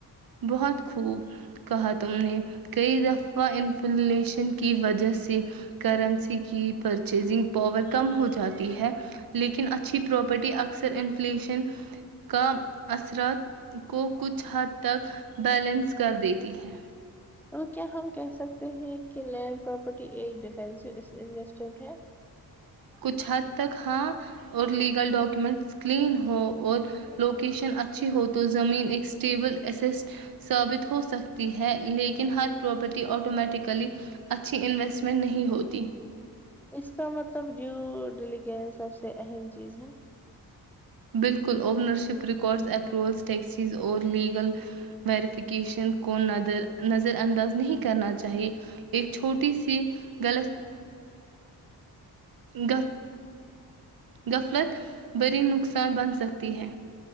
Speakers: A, on the right; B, in the centre.
A: بہت خوب کہا تم نے کئی دفعہ انفلیشن کی وجہ سے کرنسی کی پرچیزنگ پاور کم ہو جاتی ہے لیکن اچھی پراپرٹی اکثر انفلیشن کا اثرات کو کچھ حد تک بیلنس کر دیتی ہے
B: تو کیا ہم کہہ سکتے ہیں کہ لینڈ پراپرٹی ایک ڈیفینسو انویسٹمنٹ ہے
A: کچھ حد تک ہاں اور لیگل ڈاکومنٹ کلین ہو اور لوکیشن اچھی ہو تو زمین ایک اسٹیبل اس ثابت ہو سکتی ہے لیکن ہر پراپرٹی آٹومیٹیکلی اچھی انویسٹمنٹ نہیں ہوتی
B: اس کا مطلب جو ڈلی گس سے اہم چیز ہے
A: بالکل اوونرشپ ریکارڈز اپروولز ٹیکسیز اور لیگل ویریفکیشن کو نظر انداز نہیں کرنا چاہیئے ایک چھوٹی سی غلط گف غفلت بری نقصان بن سکتی ہے